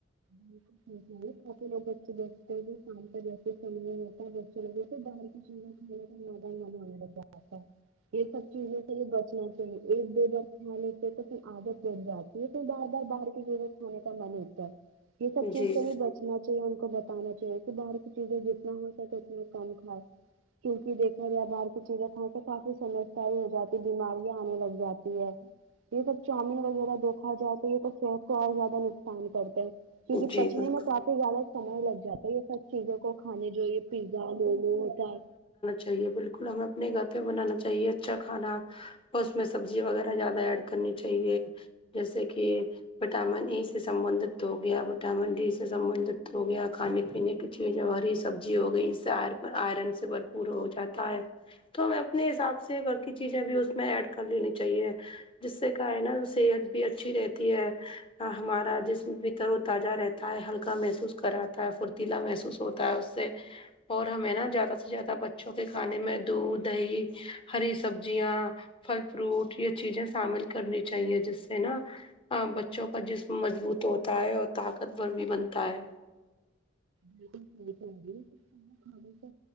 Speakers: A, on the right; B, on the left.
A: بالکل کافی لوگ بچے دیکھتے ہیں شام کا جیسے چل ہوتا ہے بچے لوگوں کو باہر جی مجھے اتا ہے یہ سب چیزیں بچنا چاہیے ایک دو بار کھا لیتے ہیں تو پھر عادت بن جاتی ہے پھر بار بار باہر کی چیزیں کرنے کا من ہوتا ہے یہ سب چیز
B: جی
A: جی ان کو بتانا چاہیے کہ باہر کی چیزیں جتنا ہو سکے اتنا کم کھائے کیونک دیکھا جائے باہر کی چیزیں کھان تو کافی سمس صحیح ہو جاتی بیماریاں آنے لگ جاتی ہے یہ سب چاؤمین وغیرہ دیکھا جائے تو یہ تو صحت کو اور زیادہ نقصان کرتا ہے کیو کی
B: جی
A: پچنے
B: بالکل
A: میں کافی زیادہ سمے لگ جاتا ہے یہ سب چیزوں کو کھانے جو یہ پیزا وہ وہ ہوتا ہے
B: جی بالکل ہمیں اپنے گھر پہ بنانا چاہیے اچھا کھانا اور اس میں سبزی وغیرہ زیادہ ایڈ کرنی چاہیے جیسے کہ وٹامن ای سے سبندت ہو گیا وٹامن ڈی سے سبندت ہو گیا کھانے پینے کی چیزیں اور اس سبزی ہو گئی اس سے ائر ائرن سے بھرپور ہو جاتا ہے تو ہمیں اپنے حساب سے گھر کی چیزیں بھی اس میں ایڈ کر لینی چاہیے جس سے کیا ہے نا صحت بھی اچھی رہتی ہے تا ہمارا جسم بھی تر و تازہ رہتا ہے ہلکا محسوس کراتا ہے پھرتیلا محسوس ہوتا ہے اس سے اور ہمیں نا زیادہ سے زیادہ بچوں کے کھانے میں دودھ دہی ہری سبزیاں پھل فروٹ یہ چیزیں شامل کرنی چاہیے جس سے نا اں بچوں کا جسم مضبوط ہوتا ہے اور طاقتور بھی بنتا ہے
A: بالکل صحیح کہہ رہی ہے کے کھانا کھانے سے